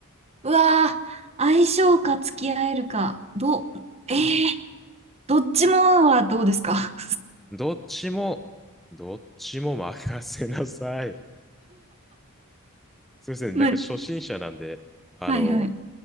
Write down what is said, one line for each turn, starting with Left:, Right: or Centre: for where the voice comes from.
Right: うわー、相性か付き合えるか、どう、えー、どっちもはどうですか
Centre: どっちも、どっちも任せなさい。すいません。
Right: <laughs> まあ
Centre: なんか初心者なんで、あの、
Right: はい、はい、